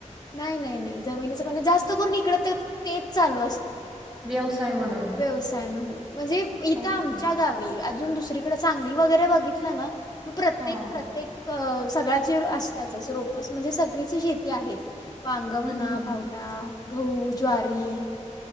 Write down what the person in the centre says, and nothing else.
व्यवसाय म्हणून
ओके
हो हम्म
हम्म हम्म